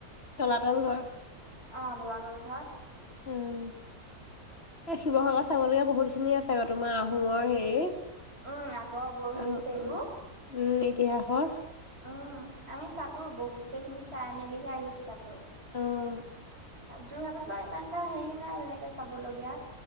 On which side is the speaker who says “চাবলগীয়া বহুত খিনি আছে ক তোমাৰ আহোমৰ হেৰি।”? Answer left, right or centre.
Left